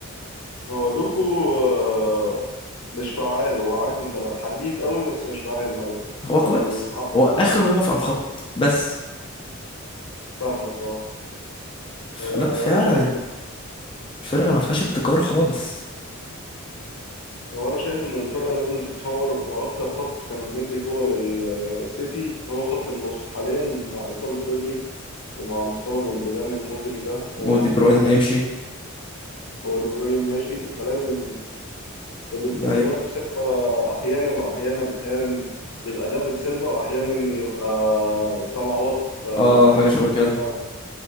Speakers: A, on the left; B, on the left.
A: هو دوكو آه، مش فعال هو عارف انت لا حريف قوي بس مش فعال مال
B: هو
A: فالحرف
B: كويس هو آخره يقف على الخط بس
A: فاهمك اه
B: فلا
A: آه،
B: فعلا
A: انا شايف
B: الفرقة ما فيهاش ابتكار خالص
A: هو انا شايف ان الفرقه لازم تتفور واكتر خط كان مدي قوه للسيتي هو خط النص حاليا مع اصابه رودري ومع مستوى جندوجان المزري ده ومع
B: ودي
A: مستوى
B: بروين هيمشي
A: هو دي بروين ماشي انت لازم ودي-
B: ده
A: وبرناردو
B: هي-
A: سيلفا احيانا واحيانا احيانا يبقى دافيد سيلفا واحيانا يبقى اسلام عوض فالدنيا
B: اه حاجة شبه
A: بايظه
B: كده
A: خالص